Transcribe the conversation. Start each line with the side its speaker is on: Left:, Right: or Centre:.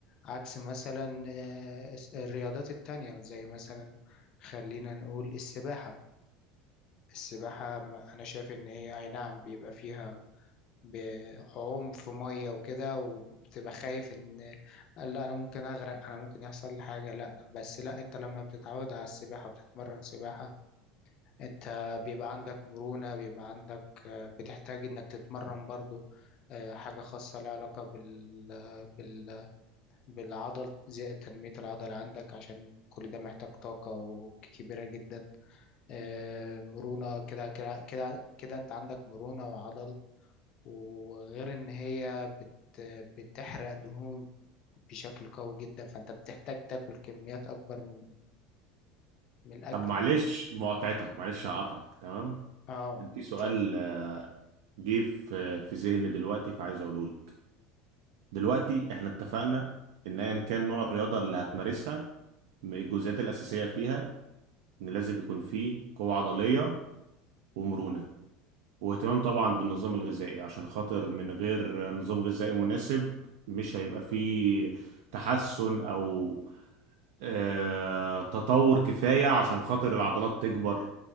Left: عكس مثلا آه، الس- الرياضات التانية زي مثلا خلينا نقول السباحة السباحة ما- أنا شايف إن هي أي نعم بيبقى فيها بعوم في ميه وكده وبتبقى خايف ان لا انا ممكن اغرق انا ممكن يحصل لي حاجه لا بس لا انت لما بتتعود على السباحه وبتتمرن سباحه انت بيبقى عندك مرونه بيبقى عندك آه، بتحتاج انك تتمرن برضو آه، حاجه خاصه لها علاقه بال بال بالعضل زي تنميه العضل عندك عشان كل ده محتاج طاقه وكبيره جدا آه، مرونه كده كده كده كده انت عندك مرونه وعضل وغير ان هي بت بتحرق دهون بشكل قوي جدا فانت بتحتاج تاكل كميات اكبر من من الاكل
Right: طب معلش مقاطعتك معلش هقطعك تمام؟
Left: اه
Right: كان في سؤال
Left: اتفضل
Right: آه، جه في في ذهني دلوقتي فعايز اقوله لك دلوقتي احنا اتفقنا ان ايا كان نوع الرياضة اللي هتمارسها م- الجزئيات الأساسية فيها ان لازم يكون فيه قوة عضلية ومرونة واهتمام طبعا بالنظام الغذائي عشان خاطر من غير نظام غذائي مناسب مش هيبقى فيه تحسن او آه، تطور كفاية عشان خاطر العضلات تكبر